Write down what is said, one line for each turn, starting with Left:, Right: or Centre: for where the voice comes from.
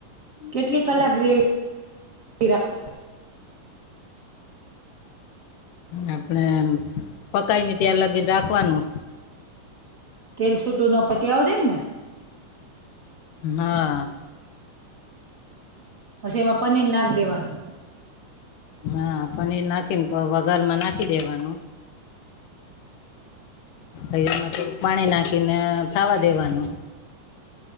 Right: કેટલી કલાક ગ્રેવી રાખ.
Left: આપડે પકઈ ને ત્યાં લાગીને રાખવાનું.
Right: તલ છૂટું ન પતિ આવે ને.
Left: હ.
Right: પછી એમાં પનીર નાખ દેવાનું.
Left: હા પનીર નાખીને વગારમાં નાખી દેવાનું. અછ એમમાં થોડુંક પાણી નાખીને થાવા દેવાનું.